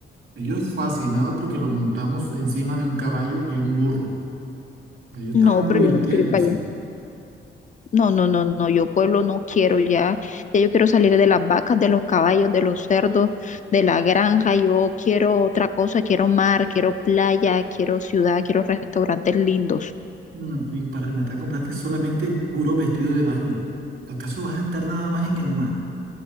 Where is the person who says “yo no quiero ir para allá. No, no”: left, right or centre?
Left